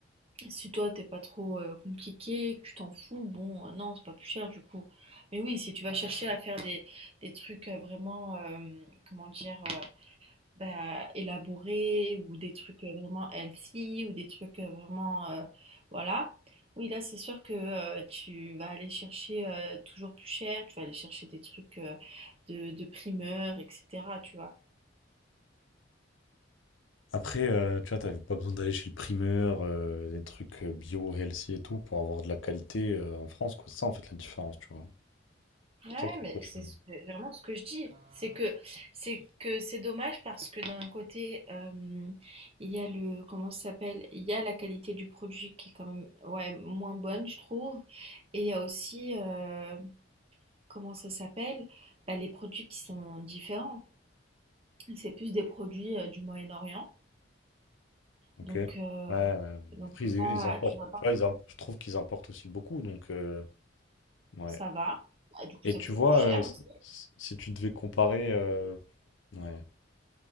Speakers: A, on the right (about 30°); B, on the left (about 85°).
A: Si toi, t'es pas trop euh, compliqué, que tu t'en fous, bon, euh, non, c'est pas plus cher, du coup. Mais oui, si tu vas chercher à faire des, des trucs euh, vraiment, euh, comment dire... euh, bah, élaborés ou des trucs euh, vraiment healthy ou des trucs euh, vraiment euh, voilà. Oui, là, c'est sûr que euh, tu vas aller chercher euh, toujours plus cher, tu vas aller chercher des trucs euh, de, de primeur, etc. Tu vois.
B: Après, euh, tu vois, t'avais pas besoin d'aller chez le primeur, euh, des trucs euh, bio, healthy et tout, pour avoir de la qualité euh, en France, quoi. C'est ça, en fait, la différence, tu vois.
A: Ouais,
B: C'est ça qui
A: mais
B: est pas cher.
A: c'est c'est vraiment ce que je dis. C'est que c'est que c'est dommage parce que d'un côté, euh, il y a le comment ça s'appelle? Il y a la qualité du produit qui est quand même ouais moins bonne, je trouve. Et il y a aussi euh, Comment ça s'appelle? Bah, les produits qui sont différents. C'est plus des produits, heu, du Moyen-Orient,
B: Ok.
A: donc
B: Ouais,
A: heu,
B: ouais. ouais.
A: donc
B: Après,
A: c'est
B: ils,
A: pas
B: ils importent,
A: tu vas pas
B: tu vois, ils im- je trouve qu'ils importent aussi beaucoup, donc, euh, ouais.
A: ça va. Bah, du coup,
B: Et
A: c'est
B: tu
A: beaucoup
B: vois,
A: plus cher
B: euh,
A: aussi.
B: si si tu devais comparer, euh, ouais.